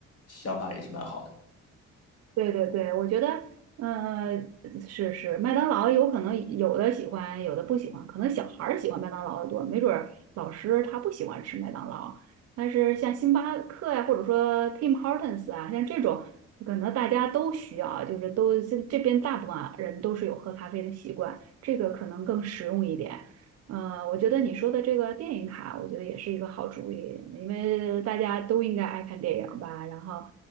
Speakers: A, on the left (about 50°); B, on the right (about 55°).
A: 想法也是蛮好的。
B: 对对对，我觉得，嗯、呃是是，麦当劳有可能有的喜欢，有的不喜欢，可能小孩儿喜欢麦当劳的多，没准儿老师他不喜欢吃麦当劳，但是像星巴克呀、或者说 Tim Hortons 啊，像这种，可能大家都需要，就是都这这边大部分啊人都是有喝咖啡的习惯，这个可能更实用一点。嗯、我觉得你说的这个电影卡，我觉得也是一个好主意，因为大家都应该爱看电影吧，然后。